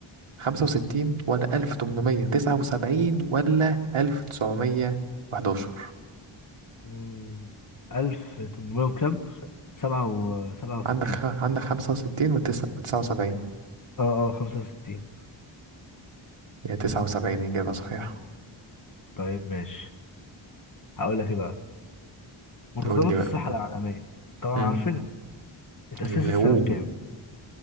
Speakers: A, on the right; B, on the left.
A: خمسة وستين ولا ألف تمنمية تسعة وسبعين ولا ألف تسعمية وحداشر
B: مم، ألف تمنمية وكام سبعة و سبعة وستين
A: عندك خ... عندك خمسة وستين وتسعة وتسعة وسبعين
B: اه اه خمسة وستين
A: هي تسعة وسبعين إجابة صحيحة
B: طيب ماشي هقول لك ايه بقى منظمة
A: قول لي بقى
B: الصحة العالمية طبعا
A: مم.
B: عارفينها اتأسست
A: الغوو
B: السنة بكام